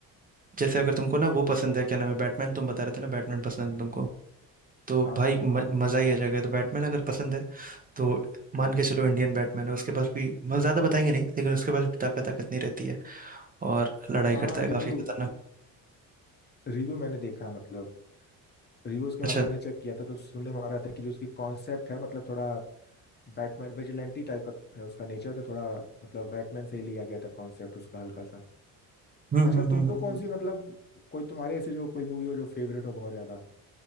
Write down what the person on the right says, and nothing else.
जैसे अगर तुमको ना वो पसंद है क्या नाम है बैटमैन तुम बता रहे थे ना बैटमैन पसंद है तुमको तो
भाई
म, मजा ही आ जाएगा तो बैटमैन अगर पसंद है तो मान के चलो इंडियन बैटमैन है उसके पास भी मतलब ज्यादा बताएंगे नहीं लेकिन उसके पास भी ताकत ताकत नहीं रहती है और लड़ाई
करता है
काफी खतरनाक
अच्छा
हम्म
हम्म हम्म
हम्म हम्म।